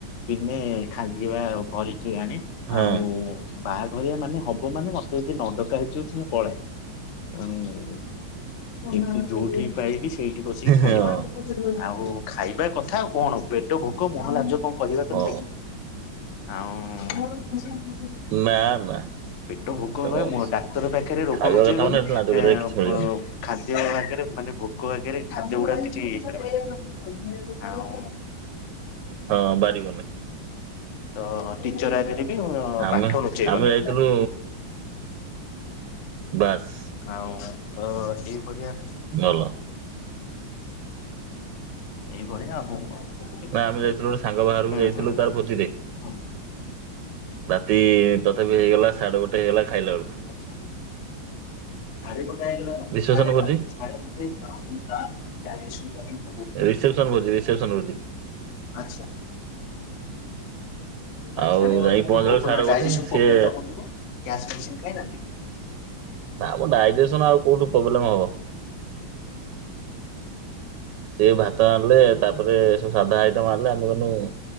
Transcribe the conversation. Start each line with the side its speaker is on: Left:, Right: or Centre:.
Left: ଦିନେ ଖାଲି ବା ଭରିକି ଆଣେ
Right: ହଁ
Left: ଆଉ ବାହାଘରିଆ ମାନେ ହବ ମାନେ ମତେ ଯଦି ନଡକା ହେଇଛି ମୁଁ ପଳାଏ ଉ କିନ୍ତୁ ଯୋଉଠି ପାଇବି ସେଇ ବସିକି ଖାଇବା
Right: ହଁ
Left: ଆଉ ଖାଇବା କଥା ଆଉ କଣ ପେଟ ଭୋକ ମୁହଁ ଲାଜ କଣ? କହିବା କଥା
Right: ହଁ
Left: କି ଆଉ
Right: ନା ନା।
Left: ପେଟ ଭୋକ
Right: ସେଥିରେ
Left: ବା
Right: କଣ
Left: ମୁ
Right: ଅଛି।
Left: ଡାକ୍ତର ପାଖରେ ରୋଗ
Right: ଖାଇବା
Left: ନୁଚେଇବନି
Right: କଥା ମାନେ ଏଠି ଲାଜ କରିବାର
Left: ଏଁ
Right: କିଛି ମିଳିବନି
Left: ଖାଦ୍ୟ ଆଗରେ ମାନେ ଭୋକ ଆଗରେ ଖାଦ୍ୟଗୁଡା କିଛି ଆଉ
Right: ହଁ ବାରିବନି।
Left: ତ ଟିଚର ଆଗରେ ବି
Right: ଆମେ
Left: ପାଠ ଲୁଚେଇବନି।
Right: ଆମେ ଯାଇଥିଲୁ ବାସ୍
Left: ଆଉ ତ ଏ ବଢିଆ
Right: ଭଲ।
Left: ଏ ଭଳିଆ ଆଉ ବୁ ବୋକଠ
Right: ନା ଆମେ ଯାଇଥିଲୁ ଗୋଟେ ସାଙ୍ଗ
Left: ହୁଁ
Right: ବାହାରକୁ ଯାଇଥିଲୁ
Left: ହୁଁ ହୁଁ।
Right: ତାର ଭୋଜିରେ
Left: ହଁ।
Right: ରାତି ତଥାପି ହେଇଗଲା ସାଢେ ଗୋଟେ ହେଇଗଲା ଖାଇଲା ବେଳକୁ।
Left: ଆଛା। ରାତି ସାଢ଼େ ଗୋଟେ ହେଇ ଗଲା ରାତି
Right: ରିସେପସନ ଭୋଜି
Left: ସାଢ଼େ ଗୋଟେ ବାପ ରେ ବାପ <inaudible>
Right: ରିସେପ୍ସନ ଭୋଜି ରିସେପ୍ସନ ଭୋଜି।
Left: ଆଚ୍ଛା। ରାତି
Right: ଆଉ
Left: ସାଢ଼େ ଗୋଟେ
Right: ଯାଇ
Left: ମାନେ
Right: ପହଞ୍ଚିଲା
Left: ବୋହୁତ
Right: ବେଳକୁ ସାଢେ ଗୋଟେ
Left: ଡାଇଯେସନ
Right: ସିଏ
Left: ପ୍ରୋବଲେମ୍ ଟା ହଉ ଥିବା ଗ୍ୟାସ ମେଡ଼ିସିନ୍ ଖାଇନାହାନ୍ତି।
Right: ନା ଆମ ଡାଇଜେସନ ଆଉ କୋଉଠୁ ପ୍ରୋବ୍ଲେମ ହବ? ସିଏ ଭାତ ଆଣିଲେ ତାପରେ ସବୁ ସାଧା ଆଇଟମ ଆଣିଲେ ଆମେ କହନୁ